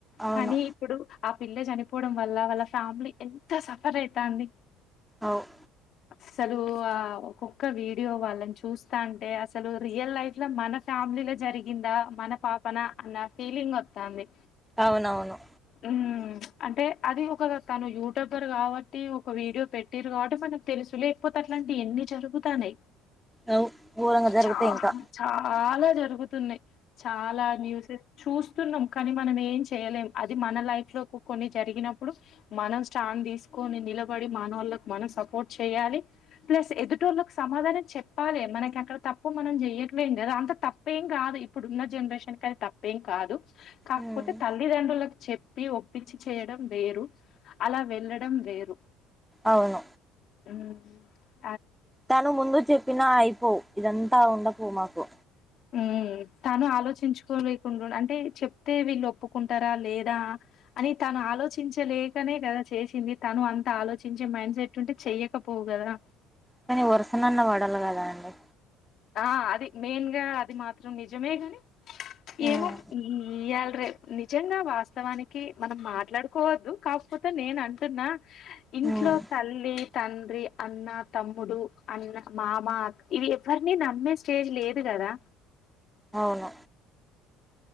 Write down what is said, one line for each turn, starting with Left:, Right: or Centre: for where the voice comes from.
Centre: అవును
Left: కాని ఇప్పుడు ఆ పిల్ల చనిపోవడం వల్ల వాళ్ళ ఫ్యామిలీ ఎంత సఫర్ అయితాంది
Centre: అవ్
Left: అసలు ఆ ఒక్కొక్క వీడియో వాళ్ళని చూస్తాంటే అసలు రియల్ లైఫ్ లో మన ఫ్యామిలీ లో జరిగిందా మన పాపన అన్న ఫీలింగ్ వత్తాంది
Centre: అవునవును
Left: ఉమ్ అంటే అది ఒక తను యూట్యూబర్ కావట్టి ఒక వీడియో పెట్టిరు కావట్టి మనం తెలుసు లేకపోతే అట్లాంటివి ఎన్ని జరుగుతన్నయ్
Centre: అవు ఘోరంగా జరుగుతాయి
Left: చ
Centre: ఇంకా
Left: చాలా జరుగుతున్నయ్ చాలా న్యూసెస్ చూస్ స్తున్నం కానీ మనం ఏం చేయలేం అది మన లైఫ్ లో కొన్ని జరిగినప్పుడు మనం స్టాండ్ తీసుకు కొని నిలబడి మానోళ్ళలకు మనం సపోర్ట్ చేయాలి ప్లస్ ఎదుటోళ్ళలకు సమాధానం చెప్పాలె మనకి అక్కడ తప్పు మనం జేయ్యట్లేం గద అంత తప్పేం గాదు ఇప్పుడు ఉన్న జనరేషన్ కది తప్పేం కాదు కాకపోతే
Centre: ఉమ్
Left: తల్లిదండ్రులకు చె పి ఒప్పించి చేయడం వేరు అలా వెళ్ళడం వేరు
Centre: అవును
Left: మ్మ్
Centre: తను ముందు చెప్పినా అయిపో ఇదంతా ఉండకు మాకు
Left: మ్మ్ తాను ఆలోచించుకోలేకుండుండు అంటే చెప్తే వీళ్ళు ఒప్పుకుంటారా లేదా అని తాను ఆ ఆలోచించలేకనే కదా చేసింది తను అంత ఆలోచించే మైండ్ సెట్ ఉంటే చేయకపోవు గదా
Centre: కానీ వరుసనన్న వడల్ల కదా అండి
Left: ఆ అది మెయిన్ గా అది మాత్రం నిజమే గాని
Centre: ఉమ్
Left: ఏమో ఇయ్యాలరే నిజంగా వాస్తవానికి మనం మాట్లాడుకోవద్దు కాకపోతే నేను అంటున్నా ఇంట్లో
Centre: ఉమ్
Left: తల్లి తండ్రి అన్న తమ్ముడు అన్న మామ అక్క ఇవి ఎవరిని నమ్మే స్టేజ్ లేదు గదా
Centre: అవును